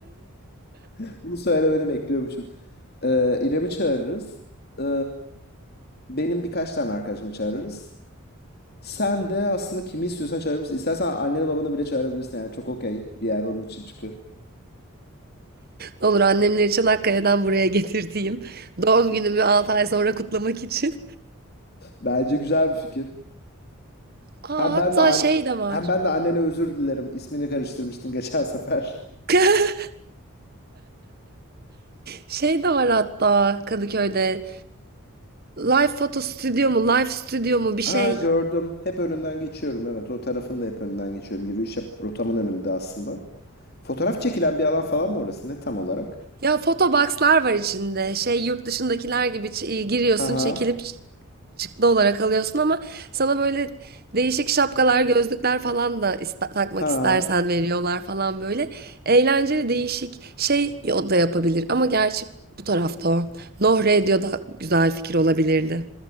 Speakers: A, on the left (about 45°); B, on the right (about 45°).
A: <laughs> Bunu söylemeni bekliyormuşum. E, İrem'i çağırırız. E, benim birkaç tane arkadaşımı çağırırız. Sen de aslında kimi istiyorsan çağırabilirsin. İstersen anneni babanı bile çağırabilirsin. Yani çok okey bir yer onun için çünkü.
B: Olur annemleri Çanakkale'den buraya getirdiğim doğum günümü 6 ay sonra kutlamak için.
A: Bence güzel bir fikir.
B: Aa,
A: Hem
B: hatta
A: ben de an
B: şey de var.
A: hem ben de annene özür dilerim. İsmini karıştırmıştım geçen sefer.
B: <laughs> Şey de var hatta Kadıköy'de. Live foto stüdyo mu, live stüdyo mu bir
A: Aa
B: şey.
A: gördüm. Hep önünden geçiyorum. Evet o tarafın da hep önünden geçiyorum. Yürüyüş yap- rotamın önünde aslında. Fotoğraf çekilen bir alan falan mı orası? Ne tam olarak?
B: Ya fotoboxlar var içinde. Şey yurt dışındakiler gibi ç- giriyorsun,
A: Ha ha.
B: çekilip şıklı olarak alıyorsun ama sana böyle değişik şapkalar, gözlükler falan da iste- takmak
A: Ha.
B: istersen veriyorlar falan böyle. Eğlenceli değişik şey o da yapabilir ama gerçi bu tarafta o. Noh Radio da güzel fikir olabilirdi.